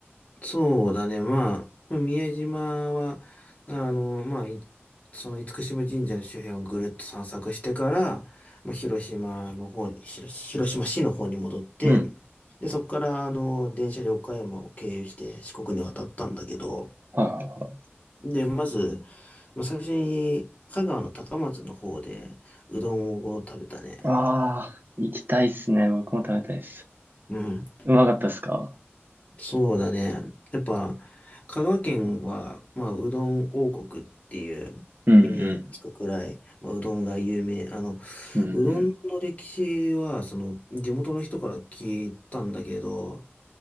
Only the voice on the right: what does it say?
うん。
はいはいは
い。ああ、行きたいっすね。僕も食べたいっす。
うまかったっすか
うんうん。
うんう